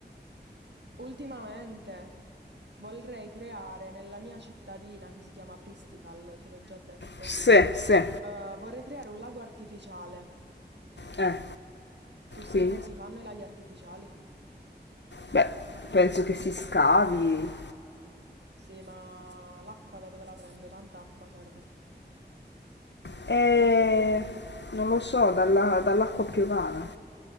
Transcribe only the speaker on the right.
ultimamente vorrei creare nella mia cittadina che si chiama Pristical, te l'ho già detto.
Eh, vorrei creare un lago artificiale.
Tu sai
come si fanno i laghi artificiali?
Sì, ma l'acqua da dove la prendo? Tanta acqua serve.